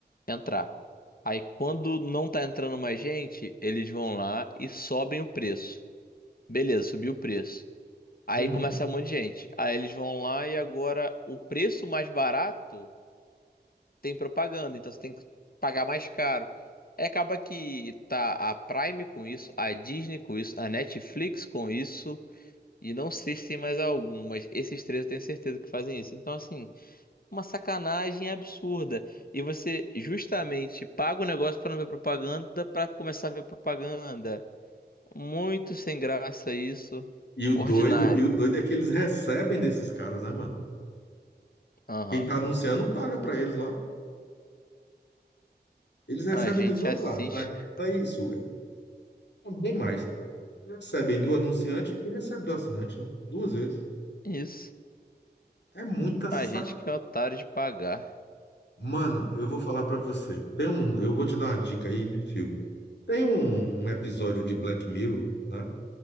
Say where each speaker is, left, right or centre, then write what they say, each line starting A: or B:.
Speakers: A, on the left; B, on the left.
A: entrar. Aí quando não tá entrando mais gente, eles vão lá e sobem o preço. Beleza, subiu o preço. Aí
B: Uhum.
A: começa um monte de gente. Aí eles vão lá e agora o preço mais barato tem propaganda, então você tem que pagar mais caro. Aí acaba que tá a Prime com isso, a Disney com isso, a Netflix com isso, e não sei se tem mais algum, mas esses três eu tenho certeza que fazem isso. Então, assim, uma sacanagem absurda. E você justamente paga o negócio pra não ver propaganda, pra começar a ver propaganda. Muito sem graça isso.
B: E o doido,
A: Ordinário.
B: e o doido é que eles recebem desses caras, né, mano?
A: Aham.
B: Quem tá anunciando paga pra eles lá. Eles recebem
A: A gente
B: dos dois
A: assiste
B: lados, né? Não é isso. Bem mais. Recebem do anunciante e recebem do assinante, né? Duas vezes.
A: isso.
B: É muita sa...
A: A gente que é otário de pagar.
B: Mano, eu vou falar pra você. Tem um, eu vou te dar uma dica aí de filme. Tem um um episódio de Black Mirror, né?